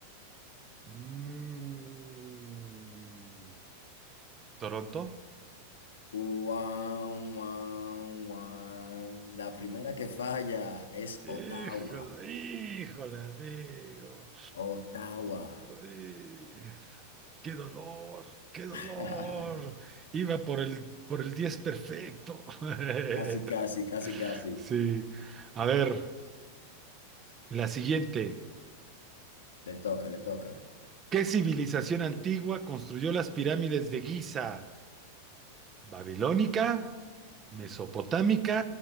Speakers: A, on the right (about 25°); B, on the left (about 65°).
A: Mm, ¿Toronto?
B: Guau, guau, guau. La primera que falla es
A: Híjole,
B: Ottawa.
A: híjole, amigo.
B: Ottawa.
A: Ay, ¡Qué dolor! ¡Qué dolor!
B: <laughs>
A: Iba por el, por el 10 perfecto. <laughs>
B: Casi, casi, casi, casi.
A: Sí. A ver, la siguiente.
B: Le toca, le toca.
A: ¿Qué civilización antigua construyó las pirámides de Giza? ¿Babilónica? ¿Mesopotámica